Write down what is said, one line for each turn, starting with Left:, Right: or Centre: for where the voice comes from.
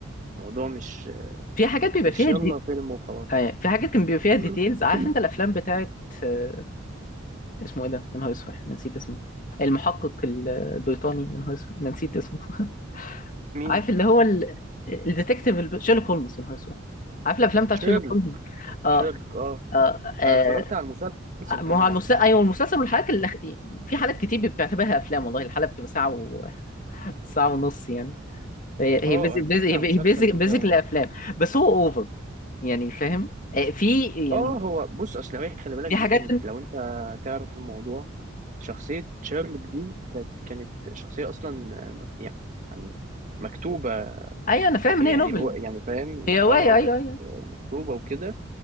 Right: موضوع مش
Left: في حاجات بيبقى
Right: مش
Left: فيها
Right: يلا
Left: دي
Right: فيلم وخلاص
Left: ايوه في حاجات كان بيبقى فيها
Right: <clears throat>
Left: ديتيلز عارف انت الافلام بتاعت آه، اسمه ايه ده؟ يا نهار اسود أنا نسيت اسمه المحقق ال- البريطاني يا نهار اسود أنا نسيت اسمه <laughs>
Right: مين
Left: عارف اللي هو ال... الديتكتيف الب- شيرلوك هولمز يا نهار اسود عارف الافلام بتاعت
Right: شيرلوك
Left: شيرلوك هولمز اه
Right: شيرلوك اه
Left: اه آه،
Right: انا اتفرجت على المسلسل
Left: ما
Right: كمان
Left: هو المسلسل
Right: على فكره
Left: ايوه المسلسل والحلقات اللي... في حالات كتير بتعتبرها افلام والله الحلقه بتبقى ساعه و... <laughs> ساعه ونص يعني هي هي
Right: اه
Left: بيزك
Right: انا اتفرجت
Left: بيزك هي
Right: على المسلسل
Left: بيزك
Right: بتاعه
Left: بيزك الافلام بس هو اوفر يعني فاهم آه، في يعني
Right: اه هو بص اصل هي خلي بالك
Left: في حاجات
Right: دي كانت لو انت تعرف الموضوع شخصيه شيرلوك دي كانت كانت شخصيه اصلا مك- يعني مكتوبه
Left: ايوه انا فاهم
Right: ك-
Left: ان
Right: يعني
Left: هي نوبل
Right: هو يعني فاهم
Left: هي
Right: اه
Left: روايه
Right: اه
Left: ايوه
Right: كانت
Left: ايوه
Right: مكتوبه وكده